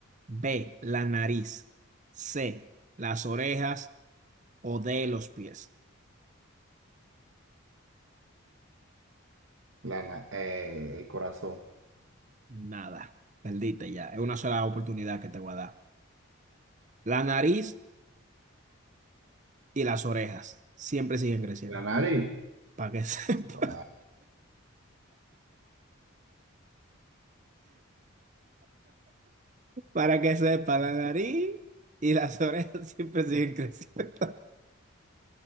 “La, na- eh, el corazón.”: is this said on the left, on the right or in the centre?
Right